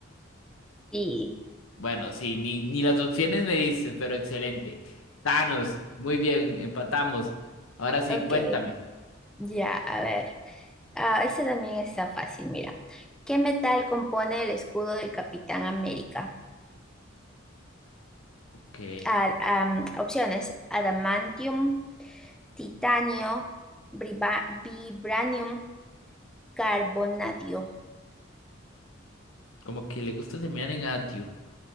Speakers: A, in the centre; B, on the left.
A: Sí,
B: Bueno, sí, ni, ni las opciones me dices, pero excelente. Thanos, muy bien, empatamos. Ahora sí,
A: ok,
B: cuéntame.
A: ya, a ver. Ah, ese también está fácil, mira. ¿Qué metal compone el escudo del Capitán América?
B: Ok,
A: Ah, am, opciones: adamantium, titanio, briba- vibranium, carbonadio.
B: como que le gusta terminar en adio.